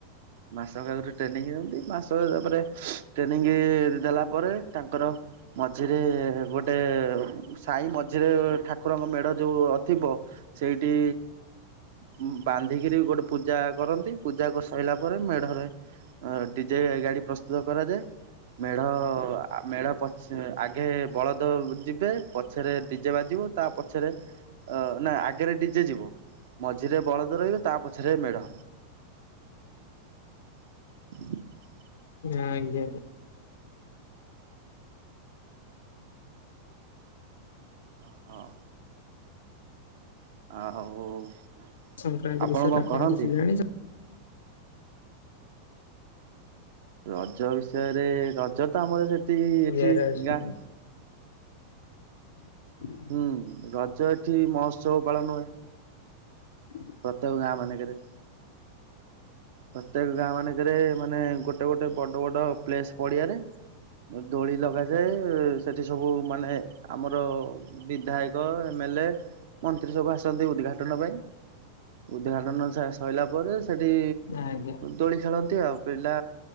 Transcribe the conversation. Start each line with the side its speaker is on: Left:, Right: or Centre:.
Right: ମାସକ ଆଗୁରୁ ଟ୍ରେନିଂ ଦିଅନ୍ତି। ମାସ ହେଲା ପରେ ଟ୍ରେନିଂ ଦେଲା ପରେ ତାଙ୍କର ମଝିରେ ଗୋଟେ ସାଇ ମଝିରେ <unintelligible> ଠାକୁରଙ୍କ ମେଢ ଯୋଉ ଅ ଥିବ ସେଇଠି ଉଁମ୍ ବାନ୍ଧିକିରି ଗୋଟେ ପୂଜା କରନ୍ତି। ପୂଜା କରି ସଇଲା ଉପରେ ମେଢ ରହେ। ଅଁ ଡିଜେ ଗାଡି ପ୍ରସ୍ତୁତ କରାଯାଏ। ମେଢ ଆ-ଆ ମେଢ ପଛ ଆଗେ ବଳଦ ଯିବେ ପଛେରେ ଡିଜେ ବାଜିବ ତା ପଛେରେ ଅ ନା ଆଗେରେ ଡିଜେ ଯିବ, ମଝିରେ ବଳଦ ରହିବେ, ତା ପଛେରେ ମେଢ଼। ହ
Left: ଆଜ୍ଞା।
Right: ଓହୋ। ଆଉ
Left: ସଂକ୍ରାନ୍ତି ବିଷୟରେ
Right: କଣ
Left: ଆପଣ
Right: କରନ୍ତି?
Left: କିଛି ଜାଣିଛ
Right: ରଜ ବିଷୟରେ ରଜ ତ ଆମର ସେଇଠି ଏଇଠି
Left: ଇଆରେ ଆଜ୍ଞା
Right: ଗାଁ
Left: <inaudible>
Right: ହୁଁ ରଜ ଏଇଠି ମହୋତ୍ସବ ପାଳନ ହୁଏ।
Left: ହଁ
Right: ପ୍ରତ୍ୟେକ ଗାଁ ମାନେଙ୍କେରେ। ପ୍ରତ୍ୟେକ ଗାଁ ମାନେଙ୍କେରେ ମାନେ ଗୋଟେ ଗୋଟେ ବଡ ବଡ ପ୍ଲେସ ପଡିଆରେ ଦୋଳି ଲଗାଯାଏ ସେଇଠି ସବୁ ମାନେ ଆମର ବିଧାୟକ, ଏମ ଏଲ ଏ, ମନ୍ତ୍ରୀ ସବୁ ଆସନ୍ତି ଉଦ୍ଘାଟନ ପାଇଁ। ଉଦ୍ଘାଟନ ସା ସଇଲା ପରେ ସେଇଠି
Left: ଆଜ୍ଞା
Right: ଦୋଳି ଖେଳନ୍ତି ଆଉ ପିଲା।